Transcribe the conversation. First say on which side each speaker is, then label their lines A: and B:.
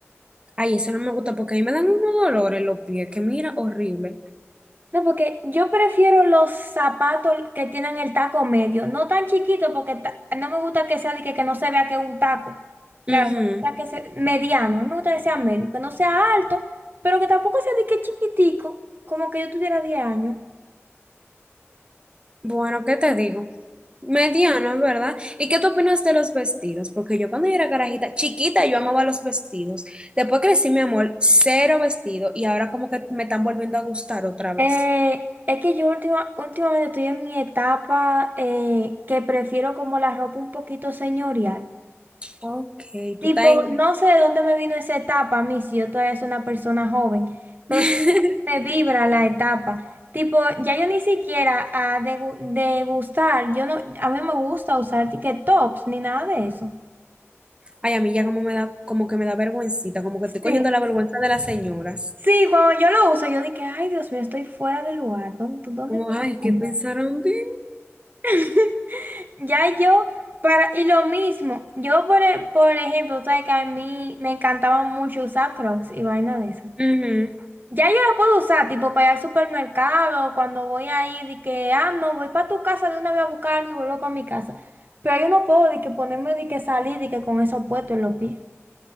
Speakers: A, on the right (about 20°); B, on the right (about 40°).
A: Ay, eso no me gusta porque a mí me dan unos dolores los pies, que mira, horrible.
B: No, porque yo prefiero los zapatos que tienen el taco medio, no tan chiquito porque ta- no me gusta que sea de que, que no se vea que es un taco. Claro,
A: Ujú.
B: me gusta que sea mediano, a mí me gusta que sea medio, que no sea alto, pero que tampoco sea de que chiquitico, como que yo tuviera diez años.
A: Bueno, ¿qué te digo? Mediano, en verdad. ¿Y qué tú opinas de los vestidos? Porque yo cuando yo era carajita, chiquita, yo amaba los vestidos. Después crecí, mi amor, cero vestido y ahora como que me están volviendo a gustar otra vez.
B: Eh, es que yo última- últimamente estoy en mi etapa eh, que prefiero como la ropa un poquito señorial.
A: Ok,
B: Tipo,
A: tú estás en...
B: no sé de dónde me vino esa etapa a mí, si yo todavía soy una persona joven, pero
A: <laughs>
B: sí me vibra la etapa. Tipo, ya yo ni siquiera a degu- degustar, yo no, a mí me gusta usar que tops ni nada de eso.
A: Ay, a mí ya como me da, como que me da vergüencita, como que
B: Sí,
A: estoy cogiendo la vergüenza de las señoras.
B: sí, cuando yo lo uso, yo dije, ay Dios mío, estoy fuera de lugar, ¿dónde, tú- dónde
A: Como,
B: me
A: ay,
B: llevas?"
A: ¿qué pensaron de mí?
B: <laughs> Ya yo, para, y lo mismo, yo por, e- por ejemplo, sabes que a mí me encantaba mucho usar Crocs y vaina de esa.
A: Ujú.
B: Ya yo la puedo usar, tipo para ir al supermercado, cuando voy ahí, de que, ah, no, voy para tu casa, de una vez a buscarlo y vuelvo para mi casa. Pero yo no puedo, de que ponerme, de que salir, de que con eso puesto en los pies.